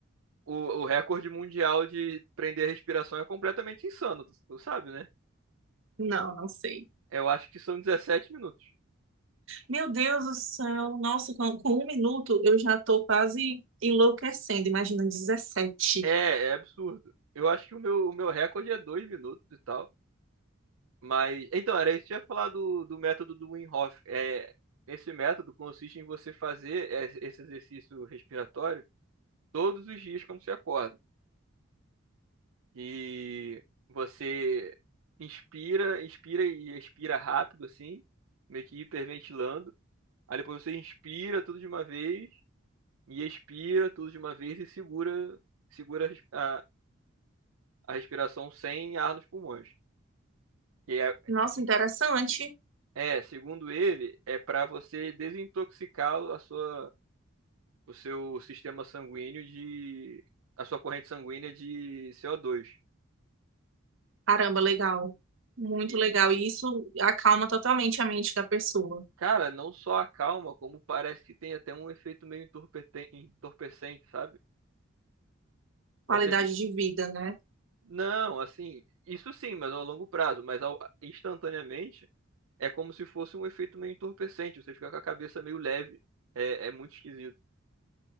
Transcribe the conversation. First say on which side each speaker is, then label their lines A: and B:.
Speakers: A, on the right; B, on the right.
A: o, o recorde mundial de prender a respiração é completamente insano, tu, tu sabe, né?
B: Não, não sei.
A: Eu acho que são 17 minutos.
B: Meu Deus do céu, nossa, com, com um minuto eu já tô quase enlouquecendo, imagina dezessete.
A: É, é absurdo. Eu acho que o meu, o meu recorde é 2 minutos e tal. Mas, então, era isso que eu ia falar do, do método do Wim Hof. É, esse método consiste em você fazer es- esse exercício respiratório todos os dias quando você acorda. E você inspira, inspira e expira rápido, assim, meio que hiperventilando. Aí depois você inspira tudo de uma vez e expira tudo de uma vez e segura, segura a, res- a a respiração sem ar nos pulmões. Que é,
B: Nossa, interessante.
A: é, segundo ele, é para você desintoxicar a sua o seu sistema sanguíneo de. a sua corrente sanguínea de CO2.
B: Caramba, legal. Muito
A: E,
B: legal. E isso acalma totalmente a mente da pessoa.
A: cara, não só acalma, como parece que tem até um efeito meio entorpete- entorpecente, sabe?
B: Qualidade
A: Você fica.
B: de vida, né?
A: Não, assim, isso sim, mas a longo prazo, mas ao- instantaneamente é como se fosse um efeito meio entorpecente, você fica com a cabeça meio leve. É, é muito esquisito.